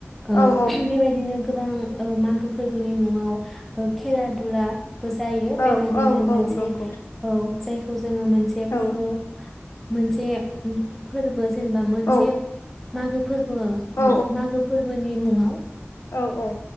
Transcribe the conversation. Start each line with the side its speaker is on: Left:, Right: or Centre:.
Centre: ओ
Left: औ
Centre: बेबायदिनो गोबां ओ मागो फोरबोनि मुङाव खेला दुलाबो जायो
Left: औ
Centre: बेबायदिनो
Left: औ
Centre: मोनसे
Left: औ नंगौ
Centre: औ जाय जोङो मोनसे
Left: औ
Centre: ओ मोनसे ओम फोरबो जेनेबा मोनसे
Left: औ
Centre: मागो फोरबो
Left: औ
Centre: मागो फोरबोनि मुङा
Left: औ औ।